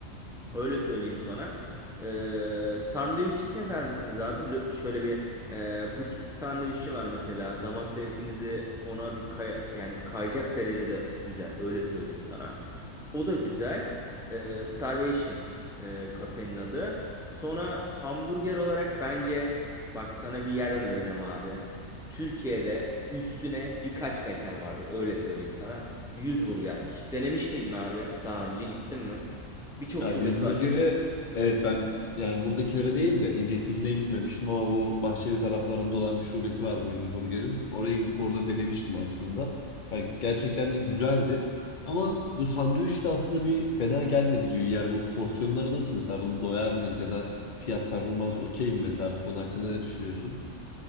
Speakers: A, in the centre; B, on the left (about 40°).
A: Öyle söyleyeyim sana. Ee, sandviççi sever misiniz abi? Lö- şöyle bir e, butik bir sandviççi var mesela. Damak zevkinizi ona bir kaya yani kayacak derecede güzel. Öyle söyleyeyim sana. O da güzel. Ee, Starvation e, kafenin adı. Sonra hamburger olarak bence bak sana bir yer önereceğim abi. Türkiye'de üstüne birkaç mekan vardır. Öyle söyleyeyim sana. Yüz Burger. Hiç denemiş miydin abi? Daha önce gittin mi? Birçok
B: Ya
A: şubesi
B: yüz burgeri
A: var çünkü.
B: evet ben yani buradakilere değil de İncek'tekine gitmemiştim ama bu Bahçeli taraflarında olan bir şubesi var bu yüz burgerin. Oraya gidip orada denemiştim aslında. Yani gerçekten de güzeldi. Ama bu sandviç de aslında bir fena gelmedi gibi. Yani bu porsiyonları nasıl mesela bunu doyar mıyız ya da fiyat performans okey mi mesela bu konu hakkında ne düşünüyorsun?